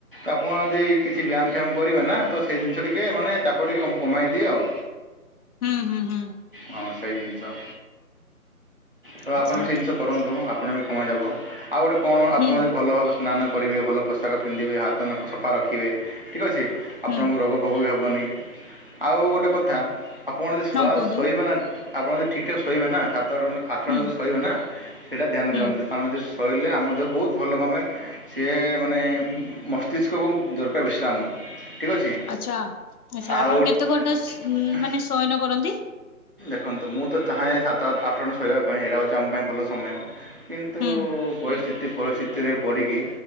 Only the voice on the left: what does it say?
ହୁଁ ହୁଁ ହୁଁ।
ଆଚ୍ଛା
ହୁଁ
ହୁଁ
ହଁ କୁହନ୍ତୁ
ହୁଁ
ହୁଁ
ଆଚ୍ଛା ଆଚ୍ଛା
ଆପଣ କେତେ ଗୋଟେସ୍ ମାନେ ସୟନ କରନ୍ତି?
ହୁଁ